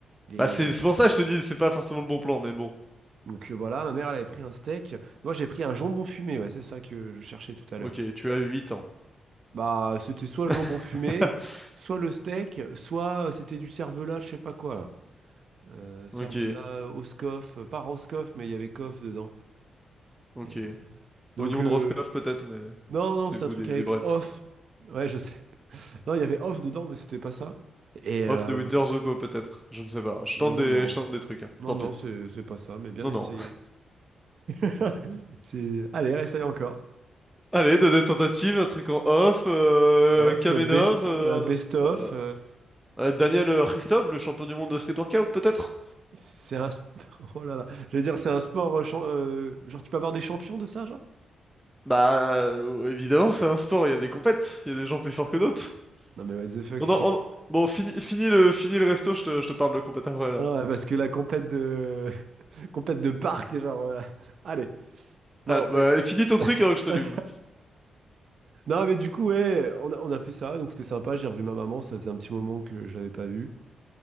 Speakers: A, on the right (about 55°); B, in the centre.
A: Les...
B: Bah, c'est c'est pour ça que je te dis, c'est pas forcément le bon plan, mais bon.
A: Donc, euh, voilà, ma mère, elle avait pris un steak. Moi, j'ai pris un jambon fumé, ouais, c'est ça que je cherchais tout à l'heure.
B: Ok, tu as huit ans.
A: Bah, c'était soit
B: <laughs>
A: le jambon fumé, soit le steak, soit euh, c'était du cervelas, je sais pas quoi, là. Euh, cervelas
B: Ok,
A: Oscoff, euh, pas Roscoff, mais il y avait coff dedans.
B: ok.
A: Et, euh, donc,
B: Oignon
A: euh,
B: de Roscoff, peut-être, mais
A: non, non,
B: c'est
A: c'est
B: le goût
A: un truc
B: des,
A: avec
B: des Bretts.
A: off. Ouais, je sais. <laughs> Non, il y avait off dedans, mais c'était pas ça. Et euh,
B: Off de Winter Zuko, peut-être. Je ne sais pas. Je
A: non,
B: tente des,
A: non,
B: je tente des trucs, hein.
A: non,
B: Tant
A: non,
B: pis.
A: c'est c'est pas ça, mais bien
B: Non,
A: essayé.
B: non.
A: <laughs> C'est... Allez, réessaye encore.
B: Allez, deuxième tentative, un truc en off, euh,
A: Off,
B: Kamenov,
A: best,
B: euh,
A: euh, best of.
B: euh, euh, Daniel Christophe, le champion du monde de street workout peut-être?
A: C'est un... sp- <laughs> Oh là là. J'allais dire, c'est un sport... euh, cham- euh, Genre, tu peux avoir des champions de ça, genre?
B: Bah euh, évidemment, c'est un sport, il y a des compètes, il y a des gens plus forts que d'autres.
A: Non, mais what the fuck,
B: On
A: c'est...
B: en-
A: quoi
B: on- Bon, fini, fini le, fini le resto, je te, je te parle de compète après là.
A: Non, parce que la compète de... <laughs> compète de parc, genre... euh, <laughs> Allez. Non,
B: Ah, bah,
A: mais...
B: finis ton truc avant que je t'allume.
A: <laughs> Non, mais du coup, ouais, on a, on a fait ça, donc c'était sympa. J'ai revu ma maman, ça faisait un petit moment que je l'avais pas vue.